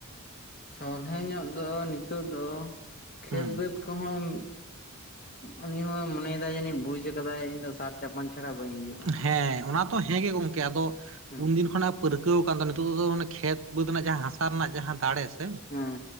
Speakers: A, on the left; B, on the right.
A: ᱥᱚᱞᱦᱮ ᱧᱚᱜ ᱫᱚ ᱱᱤᱛᱚᱜ ᱫᱚ ᱠᱷᱮᱛ
B: ᱦᱩᱸ
A: ᱵᱟᱹᱫᱽ ᱠᱚᱦᱚᱸ ᱩᱱᱤᱦᱚᱸᱭ ᱢᱚᱱᱮᱭ ᱫᱟᱭ ᱡᱟᱹᱱᱤᱡ ᱵᱩᱡ ᱟᱠᱟᱫᱟᱭ ᱤᱧ ᱫᱚ ᱥᱟᱨ ᱪᱟᱯᱟᱱ ᱪᱷᱟᱲᱟ ᱵᱟᱹᱧ ᱦᱩᱭᱩᱜ
B: ᱦᱮᱸ ᱚᱱᱟ ᱛᱚ ᱦᱮᱸ ᱜᱮ ᱜᱚᱝᱠᱮ ᱟᱫᱚ
A: ᱦᱮᱸ
B: ᱩᱱᱫᱤᱱ ᱠᱷᱚᱱᱟᱜ ᱯᱟᱹᱨᱠᱟᱹᱣ ᱠᱟᱱ ᱫᱚ ᱱᱤᱛᱚᱜ ᱫᱚ ᱚᱱᱮ ᱠᱷᱮᱛ ᱵᱟᱹᱫᱽ ᱨᱮᱱᱟᱜ ᱡᱟᱦᱟᱸ ᱦᱟᱥᱟ ᱨᱮᱱᱟᱜ ᱡᱟᱦᱟᱸ ᱫᱟᱲᱮᱥ ᱮ
A: ᱦᱮᱸ